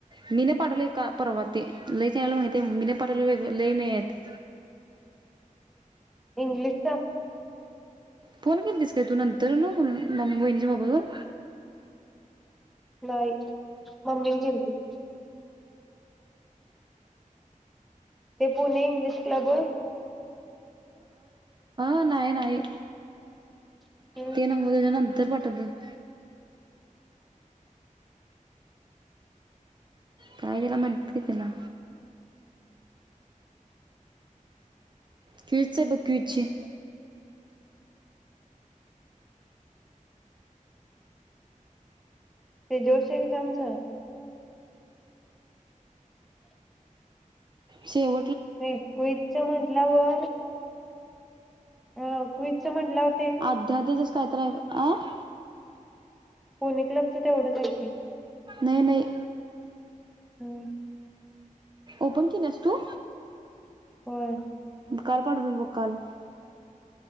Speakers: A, on the right; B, in the centre.
A: मी ने पाटवले का परवा ते लै <inaudible> त्याला माहितेय मी <unintelligible> पाटवले वेगळं लै नेयात <inaudible>
B: इंग्लिशचा
A: फोन केलतीस काय तू नंतर न को <inaudible> मम् शैलीच्या मोबाईलवर
B: न्हाई मम्मी न केलती ते पुणे इंग्लिश क्लब होय
A: नाय न्हाई
B: होय
A: ते नव्ह त्यांच्या नंतर <unintelligible> दू <inaudible> काय त्याला म्हणत्याती ना क्विज चेत ब क्विच्चे
B: ते जोश एक्जमचं
A: शीप
B: व्हय कुईतच्या म्हणल्यावर अ कुईतच्या म्हंल्यावर
A: अध्यादिदज कायतर आहे ब आ <inaudible>
B: पुणे क्लबच तेवढच हायकी
A: नाई नाई
B: हम्
A: ओपन किल्यास तु
B: होय
A: काल पाठवलेल बघ काल